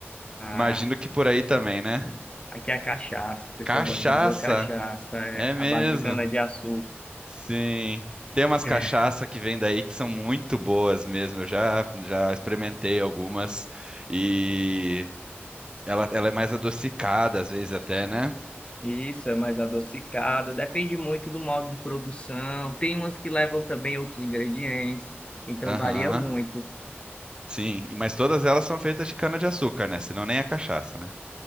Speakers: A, on the left; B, on the right.
A: Ah,
B: Imagino que por aí também, né?
A: aqui é a cachaça. O pessoal
B: Cachaça,
A: gosta muito da cachaça, é
B: é mesmo.
A: a base de cana-de-açúcar.
B: Sim. Tem umas
A: <laughs>
B: cachaça que vem daí que são muito boas mesmo. Eu já, já experimentei algumas e ela, ela é mais adocicada às vezes até, né?
A: Isso, é mais adocicada. Depende muito do modo de produção. Tem umas que levam também outros ingredientes, então
B: Aham.
A: varia muito.
B: Sim, E- mas todas elas são feitas de cana-de-açúcar, né? Senão nem é cachaça, né?